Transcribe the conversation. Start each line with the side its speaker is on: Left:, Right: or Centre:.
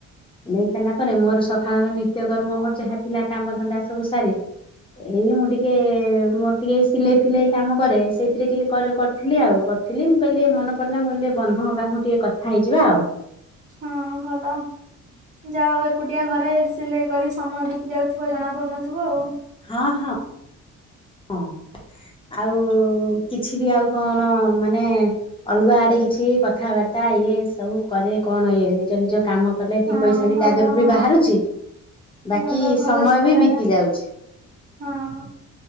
Left: ନେଇ ସାରିଲା ପରେ ମୋର ସଖାଳର ନିତ୍ୟକର୍ମ ମୋର ଯାହା ଥିଲା କାମ ଧନ୍ଦା ସବୁ ସାରି। ଏଇ ମୁଁ ଟିକେ ମୋର ଟିକେ ସିଲେଇ ଫିଲେଇ କାମ କରେ। ସେଇ ଥିରେ ଟିକେ କର କରିଥିଲି ଆଉ। କରିଥିଲି ମୁଁ କହିଲି ଟିକେ ମନ ପଡିଲା ମୁଁ କହିଲି ଟିକେ ବନ୍ଧୁ ପାଖକୁ ଟିକେ କଥା ହେଇଯିବା ଆଉ।
Right: ହଁ ଭଲ। ଯାହା ହଉ ଏକୁଟିଆ ଘରେ ସିଲେଇ କରି ସମୟ ବିିତି ଯାଉଥିବ ଜଣା ପଡୁନଥୁବ।
Left: ହଁ, ହଁ। ହଁ। ଆଉ କିଛି ବି ଆଉ କଣ ମାନେ ଅଲଗା ଆଡେ କିଛି କଥାବାର୍ତ୍ତା ତା ଇଏ ସବୁ କରେ କଣ ଇଏ ନିଜ ନିଜ କାମ କଲେ ଦି
Right: ହଁ
Left: ପଇସା ବି
Right: ଭଲ
Left: ତା ଦେହରୁ
Right: ହଁ
Left: ବି ବାହାରୁଛିି। ବାକି,
Right: ଭଲ ଭଲ
Left: ସମୟ
Right: ଚିନ୍ତାଧାରା
Left: ବି ବିତି ଯାଉଛି।
Right: ହଁ।